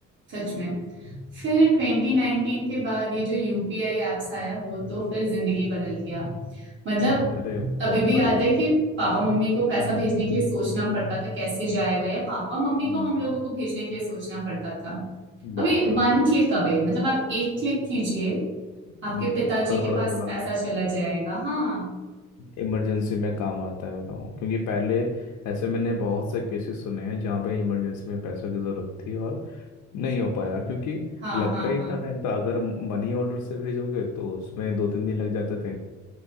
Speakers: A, on the right; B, on the left.
A: सच में फिर 2019 के बाद ये जो यूपीआई एप्स आया वो तो फिर जिंदगी बदल गया मतलब
B: अरे
A: अभी
B: बहुत
A: भी
B: बढ़िया
A: याद है कि पापा मम्मी को पैसा भेजने के लिए सोचना पड़ता था कैसे जाएगा या पापा मम्मी
B: हम्म
A: को हम लोगों को भेजने के लिए सोचना पड़ता था अभी
B: बिल्कुल
A: वन क्लिक अवे मतलब आप एक क्लिक कीजिए
B: हम्म
A: आपके पिताजी
B: करोड़ों
A: के पास
B: करोड़
A: पैसा चला जाएगा हाँ
B: इमरजेंसी में काम आता है बताओ क्योंकि पहले ऐसे मैंने बहुत से केसेस सुने हैं जहाँ पे इमरजेंसी में पैसों की ज़रूरत थी और नहीं हो पाया क्योंकि
A: हाँ
B: लगता
A: हाँ
B: ही इतना
A: हाँ
B: टाइम था अगर मनी ऑर्डर से भेजोगे तो उसमें दो तीन दिन लग जाते थे